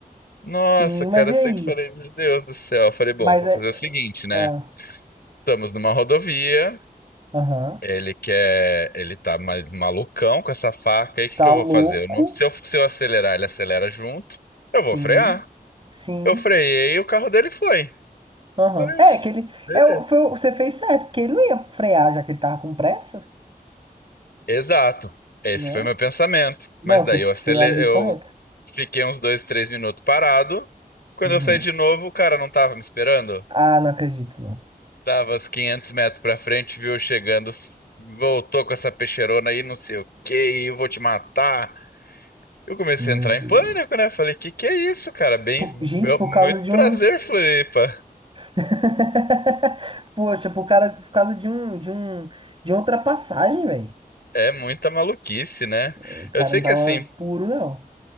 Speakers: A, on the left; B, on the right.
A: Nossa,
B: sim,
A: cara,
B: mas e
A: eu sei
B: aí?
A: que eu falei, meu Deus do céu. Eu falei, bom,
B: Mas
A: vou
B: é.
A: fazer o seguinte, né?
B: ah,
A: Estamos numa rodovia,
B: Aham.
A: ele quer, ele tá ma- malucão com essa faca, aí o que
B: Tá
A: que eu
B: louco?
A: vou fazer? Eu não- se eu, se eu acelerar, ele acelera junto,
B: Sim,
A: eu vou frear.
B: sim.
A: Eu freiei e o carro dele foi.
B: Aham.
A: Falei,
B: É,
A: "Uf,
B: que ele.
A: beleza.
B: É, o- foi, o- você fez certo, porque ele não ia frear, já que ele tava com pressa,
A: Exato. Esse
B: né?
A: foi meu pensamento.
B: Não,
A: Mas
B: você,
A: daí
B: você
A: eu acele-
B: agiu
A: eu
B: correto.
A: fiquei uns dois, três minutos parado. Quando
B: Uhum.
A: eu saí de novo, o cara não tava me esperando.
B: Ah, não acredito, não.
A: Tava uns 500 metros pra frente, viu eu chegando, voltou com essa peixeirona aí, não sei o que, eu vou te matar. Eu comecei
B: Meu
A: a entrar
B: Deus.
A: em pânico, né? Falei, que que é isso, cara? Bem,
B: Por-
A: meu-
B: gente, por
A: muito
B: causa de
A: prazer,
B: um.
A: Floripa.
B: <laughs> Poxa, por cara, por causa de um, de um, de uma ultrapassagem, velho.
A: É muita maluquice, né?
B: O cara
A: Eu sei
B: não
A: que
B: tava
A: assim,
B: puro, não.